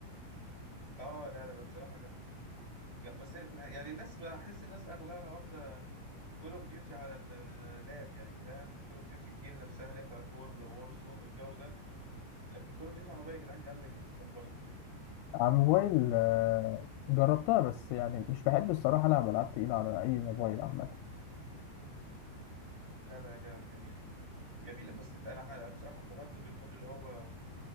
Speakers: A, on the left (about 20°); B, on the left (about 85°).
A: اه لا لا لا بصراحة جامدة جامدة. بس يعني الناس بحس الناس اغلبها واخدة كول اوف ديوتي على اللاب يعني فاهم كول اوف ديوتي الجيم نفسها اللي هي بتاعت وور وور زون والجو ده لكن كول اوف ديوتي على الموبايل يا جدعان جامدة جدا برضه
B: على الموبايل آه، جربتها بس يعني مش بحب الصراحه العب العاب تقيله على اي موبايل عامه
A: لا لا يا جدع ده جميل جميل بس ده انا ح- بصراحة انبهرت بالمود اللي هو